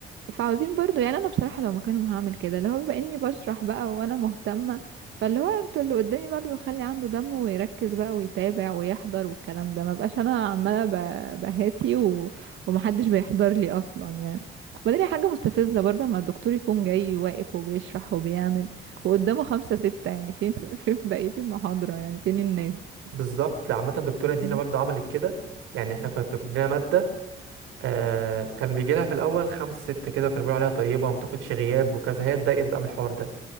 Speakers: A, on the right; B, on the right.
A: فعاوزين برضو يعني انا بصراحة لو مكانهم هعمل كده اللي هو بما اني بشرح بقى وانا مهتمة فاللي هو انتوا اللي قدامي برضو خلي عنده دم ويركز بقى ويتابع ويحضر والكلام ده ما بقاش انا عمالة ب- بهاتي و... ومحدش بيحضر لي اصلا يعني وبعدين هي حاجة مستفزة برضه اما الدكتور يكون جاي واقف وبيشرح وبيعمل وقدامه خمسة ستة يعني فين <laughs> فين بقية المحاضرة يعني فين الناس
B: بالظبط عامه الدكتوره دينا
A: مم.
B: برضه عملت كده يعني احنا كنا بتدينا ماده آه كان بيجي لها في الاول خمس ست كده وكانوا بيقولوا عليها طيبه وما بتاخدش غياب وكذا هي اتضايقت بقى من الحوار ده